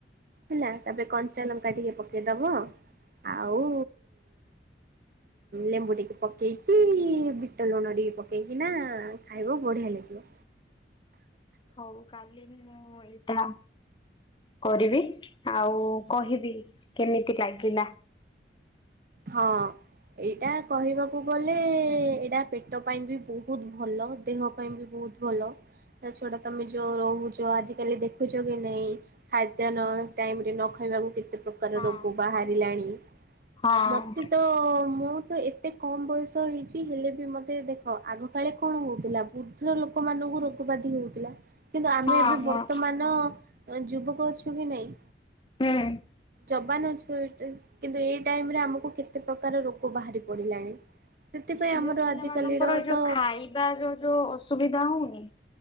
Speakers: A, on the right; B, on the left.
A: ହେଲା ତାପରେ କଞ୍ଚା ଲଙ୍କା ଟିକେ ପକେଇଦବ ଆଉ ଲେମ୍ବୁ ଟିକେ ପକେଇକି ବିଟ ଲୁଣ ଟିକେ ପକେଇକି ନା ଖାଇବ ବଢିଆ ଲାଗିବ।
B: ହଉ କାଲି ମୁଁ ଏଇଟା କରିବି ଆଉ କହିବି କେମିତି ଲାଗିଲା।
A: ହଁ। ଏଇଟା କହିବାକୁ ଗଲେ ଏଇଟା ପେଟ ପାଇଁ ବି ବହୁତ ଭଲ ଦେହ ପାଇଁ ବି ବହୁତ ଭଲ ତା ଛଡ଼ା ତମେ ଯେଉ ରହୁଛ, ଆଜିକାଲି ଦେଖୁଛ କି ନାହିଁ। ଖାଦ୍ୟ ଟାଇମରେ ନ ଖାଇବାକୁ କେତେ ପ୍ରକାର
B: ହଁ
A: ରୋଗ ବାହାରିଲାଣି।
B: ହଁ
A: ମତେ ତ, ମୁଁ ତ ଏ ଏତେ କମ୍ ବୟସ ହେଇଛି ହେଲେ ବି ମୋତେ ଦେଖ ଆଗକାଳେ କଣ ହେଉଥିଲା। ଉଦ୍ଧ୍ର ଲୋକମାନଙ୍କୁ ରୋଗବାଧି ହେଉଥିଲା। କିନ୍ତୁ ଆମେ
B: ହଁ
A: ଏବେ ବର୍ତ୍ତମାନ,
B: ହଁ
A: ଯୁବକ ଅଛୁ କି ନାଇଁ।
B: ହଁ।
A: ଜବାନ ଅଛ କିନ୍ତୁ ଏଇ ଟାଇମରେ ଆମକୁ କେତେ ପ୍ରକାର ରୋଗ ବାହାରି ପଡିଲାଣି। ସେଥିପାଇଁ
B: ଝିଅ
A: ଆମର
B: ପିଲା
A: ଆଜିକାଲିର
B: ମାନଙ୍କର ଏଇ ଯୋଉ
A: ତ
B: ଖାଇବାର ଯୋଉ ଅସୁବିଧା ହଉନି।